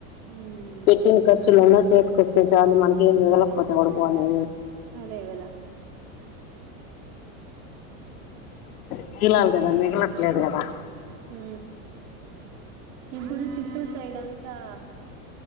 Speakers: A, on the right; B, on the left.
A: ఉమ్
B: పెట్టిన ఖర్చులు ఉన్నా ఇస్తే చాలు మనకి ఏం మీగులా లేకపోతే కూడా పోనే
A: అదే కదా
B: మిగలాలి కదా మిగలట్లేదు కదా
A: హ ఇప్పుడు చిత్తూరు సైడ్ అంతా